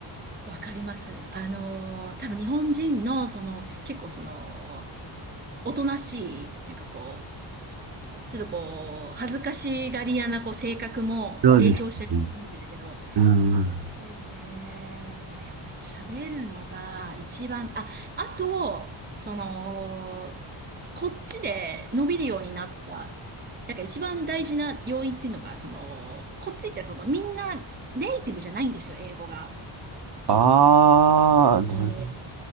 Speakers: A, on the right; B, on the right.
A: わかります。あのー多分日本人の、その、結構その、おとなしい、なんかこう、ちょっとこう、恥ずかしがり屋なこう性格も影響してると思うんですけど、
B: そうですね。うん。
A: そうですよね。まあやっぱり喋るのが一番、あ、あと、その、こっちで伸びるようになった、なんか一番大事な要因っていうのが、その、こっちってそのみんなネイティブじゃないんですよ、英語が。
B: ああ、なる
A: うん